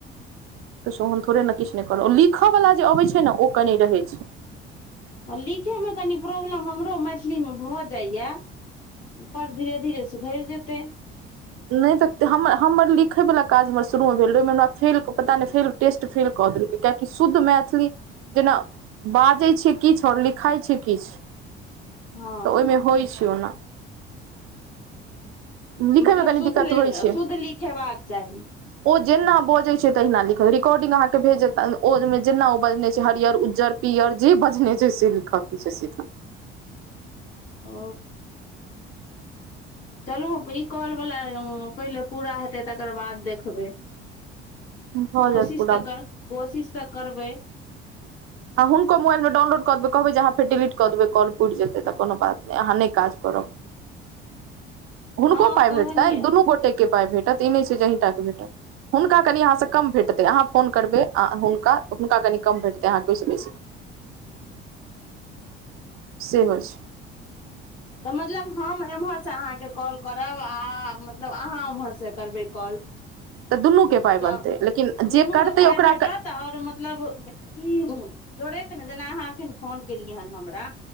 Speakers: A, on the right (about 45°); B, on the left (about 60°).
A: हम थोड़े ने किछु नहि करबहु लिखयवला जे अबैत छै ने ओ कनि रहै छै
B: हँ लिखैमे कनि प्रॉब्लम हमरो मैथिलीमे भऽ जाइए पर धीर धीरे सुधरि जेतै
A: नहि तऽ हम हमर लिखय वला काज हमर शुरू मे भेल रहै ओहिमे हमरा फेलके पता नहि फ टेस्ट फेल कौपि कियाकी कि शुद्ध मैथिली जेना बाजै छै किछु आओर लिखाइ छै किछु
B: हँ
A: तऽ ओहिमे होइ छै ओ ने लिखयमे
B: मतलब
A: कनी
B: शुद्ध
A: दिक्कत होइ छै
B: शुद्ध लिखेबाक चाही
A: ओ जेना बजैत छै तहिना लिखत रिकॉर्डिंग अहाँकेँ भेज देतता ओहिमे जेना ओ बजने छै हरियर उज्जर पीअर जे बजने छै से लिखऽके छै सीधा
B: ओ
A: <inaudible>
B: चलू ई कॉल वाला पहिले पूरा हेतै तकर बाद देखबै
A: भऽ
B: कोशिश
A: जायत पूरा
B: तऽ कर कोशिश तऽ करबै
A: आब हुनको मोबाइलमे डाउनलोड क देब कहबै जे अहाँ फेर डिलीटऽ देब कॉल पूरि जेतै तऽ कोनो बाछ नै अहाँ नहि काज करब हुनको
B: हँ
A: पाय
B: कहलियै
A: भेटतैन दुनू गोट के पाय भेटत ई नहि छै जे अहिंटाके भेटत हुनका कनि अहाँ से कम भेटतेै अहाँ फोन करबनि आ हुनका हुनका कनी कम भेटतै कि सु नहि सेहो छै
B: तऽ मतलब हम एम्हर से अहाँके कॉल करब आ मतलब अहाँ ओम्हर से करबै काॅल
A: तऽ दुनूके पाइ
B: तऽ
A: बनतै लेकिन
B: दुनूके
A: जे करतै
B: पाय
A: ओकरा
B: भेटत त आओर मतलब की जोड़ेत ने जेना अहाँ एखन फोन केलियै हन हमरा